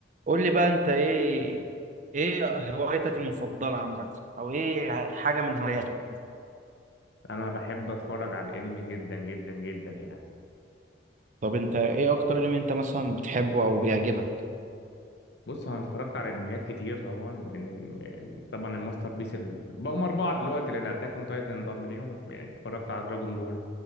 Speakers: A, on the right; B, on the left.
A: قول لي بقى انت ايه ايه هوايتك المفضلة عامة او ايه حاجة من هواياتك
B: انا بحب اتفرج على الانمي جدا جدا جدا يعني
A: طب انت ايه اكتر انمي انت مثلا بتحبه او بيعجبك
B: بص هو انا اتفرجت على انميات كتير طبعا من يعني طبعا الماستر بيس ال... بقوا اربعه دلوقتي لان اتاك اون تايتن انضم ليهم يعني اتفرجت على دراجون بول